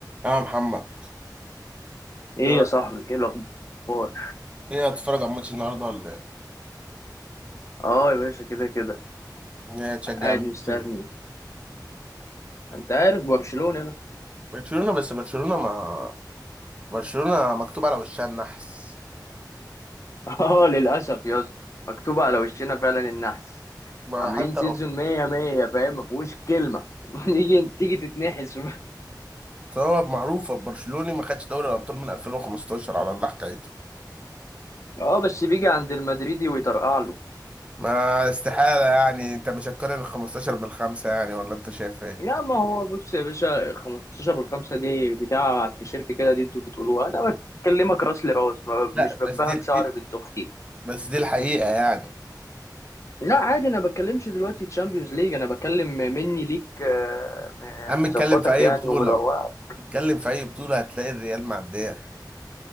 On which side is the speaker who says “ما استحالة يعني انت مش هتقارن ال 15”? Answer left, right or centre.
Right